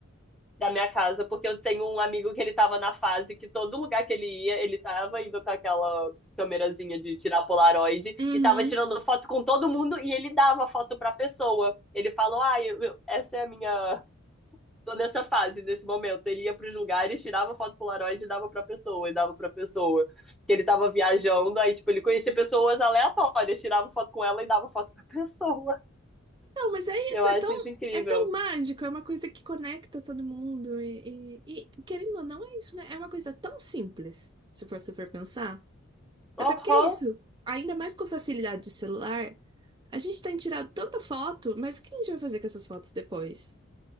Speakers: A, in the centre; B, on the right (about 20°).
A: da minha casa, porque eu tenho um amigo que ele tava na fase que todo lugar que ele ia, ele tava indo com aquela câmerazinha de tirar polaroid
B: uhum.
A: e tava tirando foto com todo mundo e ele dava foto pra pessoa. Ele falou: "Ah, eu- eu- essa é a minha tô nessa fase, nesse momento". Ele ia pros lugares, tirava foto polaroid e dava pra pessoa, e dava pra pessoa. Que ele tava viajando, aí tipo, ele conhecia pessoas aleatórias, tirava foto com ela e dava foto pra <laughs> pessoa.
B: Não, mas é
A: Eu
B: isso,
A: acho
B: é tão,
A: isso incrível.
B: é tão mágico, é uma coisa que conecta todo mundo e, e- e, querendo ou não, é isso, né? É uma coisa tão simples, se for super pensar. Até
A: Aham,
B: porque é isso, ainda mais com a facilidade do celular, a gente tem tirado tanta foto, mas o que a gente vai fazer com essas fotos depois?